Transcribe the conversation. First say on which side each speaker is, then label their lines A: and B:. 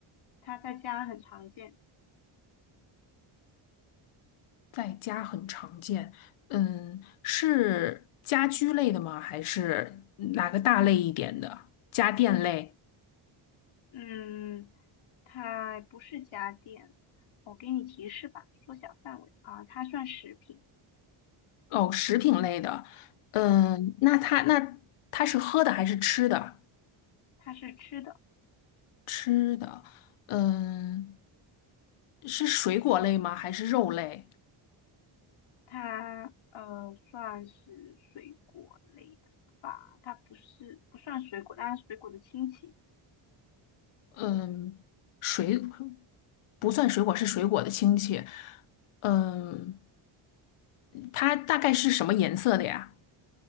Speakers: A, on the left; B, on the left.
A: 它在家很常见。
B: 在家很常见。嗯，是家居类的吗？还是哪个大类一点的？家电类？
A: 嗯，它不是家电，我给你提示吧，缩小范围啊，它算食品。
B: 哦，食品类的。
A: 嗯，
B: 嗯，那它那它是喝的还是吃的？
A: 它是吃的，
B: 吃的。嗯，是水果类吗？还是肉类？
A: 它呃算是水果类的吧，它不是不算水果，但是水果的亲戚。
B: 嗯，水不算水果，是水果的亲戚。嗯，它大概是什么颜色的呀？